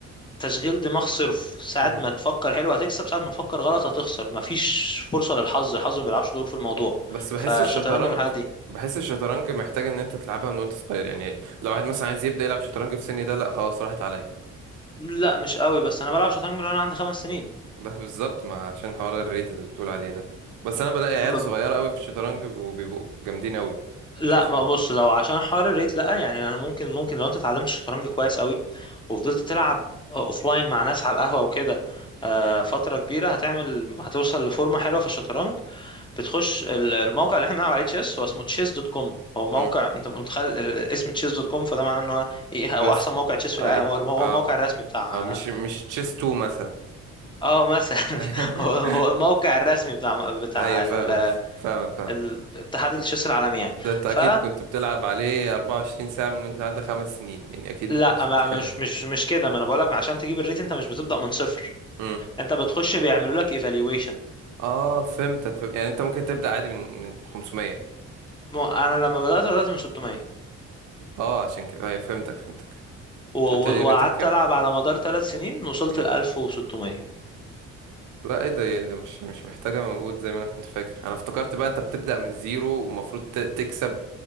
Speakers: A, on the left; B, on the right.
A: تشغيل دماغ صرف ساعة
B: امم
A: ما تفكر حلو هتكسب ساعة ما تفكر غلط هتخسر مفيش فرصة للحظ الحظ ما بيلعبش دور في الموضوع
B: بس بحس
A: فالشطرنج
B: الشطرنج
A: من الحاجات دي
B: بحس الشطرنج محتاج ان انت تلعبها من وانت صغير يعني لو واحد مثلا عايز يبدا يلعب شطرنج في سني ده لا خلاص راحت عليا
A: لا مش قوي بس انا بلعب شطرنج من وانا عندي خمس سنين
B: <laughs> ده بالظبط ما عشان حوار الريت اللي بتقول عليه ده بس انا بلاقي عيال
A: ما
B: صغيره قوي في الشطرنج وبيبقوا جامدين قوي
A: لا
B: تشوفهم
A: ما بص لو عشان حوار الريت لا يعني انا ممكن ممكن لو انت اتعلمت شطرنج كويس قوي وفضلت تلعب اوفلاين مع ناس على القهوة وكده آه،
B: امم
A: فترة كبيرة هتعمل هتوصل لفورمة حلوة في الشطرنج بتخش ال- الموقع اللي احنا بنلعب عليه تشيس هو اسمه تشيس دوت كوم هو موقع
B: امم
A: انت متخيل ال- اسم تشيس دوت كوم فده معناه ان هو ايه هو
B: رسمي
A: احسن موقع تشيس في العالم
B: اي
A: هو هو
B: اه
A: الموقع الرسمي بتاع
B: اه مش مش تشيس 2 مثلا
A: اه مثلا
B: <laughs>
A: <laughs> هو هو الموقع الرسمي بتاع بتاع
B: ايوه فاهمك
A: ال-
B: فاهمك فاهمك
A: ال- اتحاد التشيس العالمي يعني
B: ده انت
A: ف
B: اكيد كنت بتلعب عليه 24 ساعة من وانت عندك خمس سنين يعني اكيد ما
A: لا
B: كنتش
A: ما
B: بتحله
A: مش مش مش كده ما انا بقول لك عشان تجيب الريت انت مش بتبدأ من صفر
B: امم
A: انت بتخش بيعملوا لك ايفالويشن
B: اه فهمتك فهم... يعني انت ممكن تبدأ عادي من من 500
A: انا لما بدأت بدأت من 600
B: اه عشان كده ايوه فهمتك فهمتك
A: و-
B: انت
A: و-
B: قلت لي ريتك
A: وقعدت
B: كام
A: العب على مدار ثلاث سنين وصلت
B: مم.
A: ل 1600
B: لا ايه ده يعني ده مش مش محتاجة مجهود زي ما انا كنت فاكر انا افتكرت بقى انت بتبدأ من الزيرو ومفروض ت... تكسب